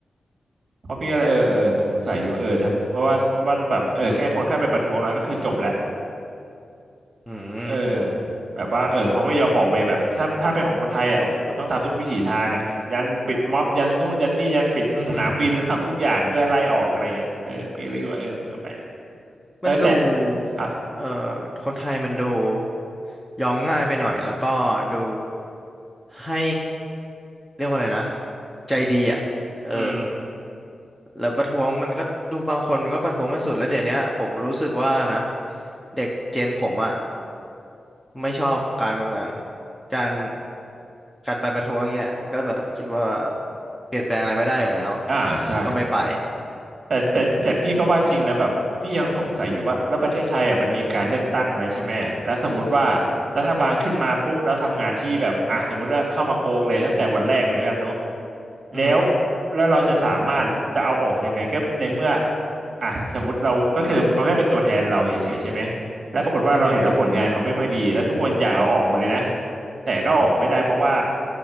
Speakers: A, on the right; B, in the centre.
A: เพราะพี่ก็เลยเออเออสงสัยอยู่เออทำว่าว่าแบบเออแค่คนแค่ไปประท้วงแล้วก็คือจบแล้ว
B: อืม
A: เออแบบว่าเออเขาก็ยอมออกไปแบบถ้าถ้าเป็นของคนไทยอ่ะโอ้โหต้องทำทุกวิถีทางอ่ะยันปิดม็อบยันนู่นยันนี่ยันปิดสนามบิน
B: อืม <laughs>
A: <laughs> ทำทุกอย่างเพื่อไล่ออกอะไรเงี้ยเออพี่กเลยคิดว่าเออมันก็แปลกเออแต่
B: มันดู
A: ครับ
B: เอ่อคนไทยมันดูยอมง่ายไปหน่อยแล้วก็ดูให้เรียกว่าอะไรนะใจดีอ่ะเออ
A: อืม
B: แล้วประท้วงมันก็ดูบางคนมันก็ประท้วงไม่สุดแล้วเดี๋ยวเนี้ยผมรู้สึกว่านะเด็กเจนผมอ่ะไม่ชอบการเมืองการการไปประท้วงเนี้ยก็แบบคิดว่าเปลี่ยนแปลงอะไรไม่ได้อยู่แล้ว
A: อ่าใช่
B: ก็ไม่ไป
A: แต่แต่แต่พี่ก็ว่าจริงนะแบบพี่ยังสงสัยอยู่ว่าแล้วประเทศไทยอ่ะมันมีการเลือกตั้งแล้วใช่ไหมแล้วสมมติว่ารัฐบาลขึ้นมาปุ๊บแล้วทำงานที่แบบอ่ะสมมติว่าเข้ามาโกงเลยตั้งแต่วันแรกเลยแล้วกันเนาะแล้ว
B: อือฮึ
A: แล้วเราจะสามารถจะเอาออกยังไงก็ในเมื่ออ่ะสมมติเราก็คือเขาแค่เป็นตัวแทนเราเฉยๆใช่ไหม แล้วปรากฏว่าเราเห็นแล้วผลงานเขาไม่ค่อยดีแล้วทุกคนอยากเอาออกหมดเลยนะ
B: อือฮึ
A: แต่ก็ออกไม่ได้เพราะว่า